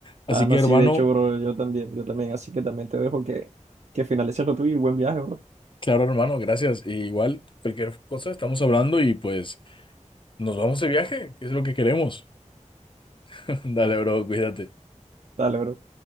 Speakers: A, on the left; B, on the right.
A: Así
B: Ah, no,
A: que hermano,
B: sí, de hecho, bro, yo también, yo también, así que también te dejo que, que finalices lo tuyo y buen viaje, bro.
A: claro hermano, gracias. Y igual, cualquier cosa estamos hablando y pues... Nos vamos de viaje, que es lo que queremos. <laughs> Dale, bro, cuídate.
B: Dale, bro.